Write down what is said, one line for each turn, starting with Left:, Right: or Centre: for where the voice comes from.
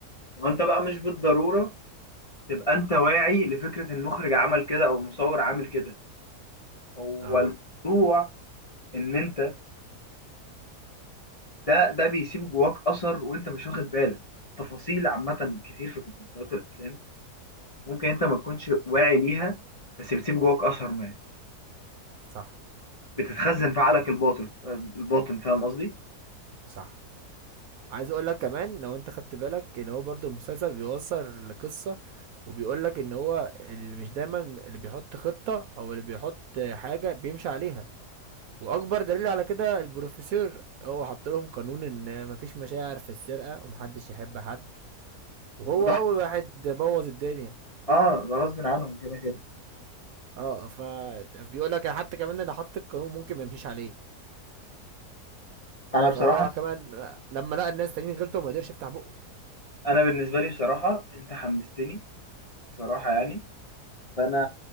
Left: وانت بقى مش بالضروره تبقى انت واعي لفكره المخرج عمل كده او المصور عامل كده هو
Right: اه
Left: الموضوع ان انت ده ده بيسيب جواك اثر وانت مش واخد بالك التفاصيل عامه كتير في المسلسلات والافلام ممكن انت ما تكونش واعي ليها بس بتسيب جواك اثر ما
Right: صح
Left: بتتخزن في عقلك الباطن الباطن فاهم قصدي
Right: صح عايز اقول لك كمان لو انت خدت بالك ان هو برضو المسلسل بيوصل لقصة وبيقول لك ان هو اللي مش دايما اللي بيحط خطة او اللي بيحط حاجة بيمشي عليها واكبر دليل على كده البروفيسور هو حط لهم قانون ان مفيش مشاعر في السرقة ومحدش يحب حد وهو
Left: وده
Right: اول واحد بوظ الدنيا
Left: اه ده غصب عنهم كده كده
Right: اه ف بيقول لك حتى كمان اللي حط القانون ممكن ما يمشيش عليه
Left: انا
Right: فهو
Left: بصراحه
Right: كمان لما لقى الناس تانيين غلطوا ما قدرش يفتح بقه
Left: انا بالنسبه لي بصراحه انت حمستني بصراحه يعني فانا